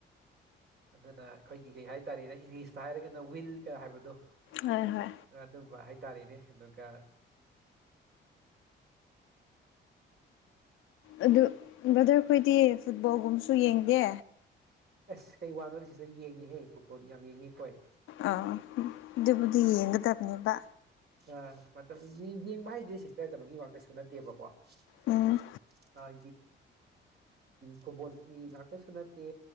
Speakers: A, on the right; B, on the left.
A: ꯑꯗꯨꯅ ꯑꯩꯈꯣꯏꯒꯤ ꯀꯩ ꯍꯥꯏ ꯇꯥꯔꯦꯅꯦ ꯏꯪꯂꯤꯁꯇ ꯍꯥꯏꯔꯒꯅ ꯋꯤꯜ ꯀ ꯍꯥꯏꯕꯗꯣ
B: ꯍꯣꯏ ꯍꯣꯏ
A: ꯑꯗꯨꯝꯕ ꯍꯥꯏꯇꯥꯔꯦꯅꯦ ꯑꯗꯨꯒ
B: ꯑꯗꯨ ꯕ꯭ꯔꯗꯔ ꯈꯣꯏꯗꯤ ꯐꯨꯠꯕꯣꯜꯒꯨꯝꯕꯁꯨ ꯌꯦꯡꯗꯦ
A: ꯑꯁ ꯀꯩ ꯋꯥꯅꯣ ꯁꯤꯗ ꯌꯦꯡꯉꯤꯍꯦ ꯐꯨꯠꯕꯣꯜ ꯌꯥꯝ ꯌꯦꯡꯉꯤ ꯑꯩꯈꯣꯏ
B: ꯑꯤ ꯑꯗꯨꯕꯨꯗꯤ ꯌꯦꯡꯒꯗꯕꯅꯦꯕ
A: ꯑ ꯃꯇꯝ ꯌꯦꯡꯕ ꯍꯥꯏꯁꯤ ꯁꯤꯁꯇꯔ ꯀꯩꯅꯣꯒꯤ ꯉꯥꯛꯇꯁꯨ ꯅꯠꯇꯦꯕꯀꯣ ꯑꯥ
B: ꯎꯝ
A: ꯐꯨꯠꯕꯣꯟꯒꯤ ꯉꯥꯛꯇꯁꯨ ꯅꯠꯇꯦ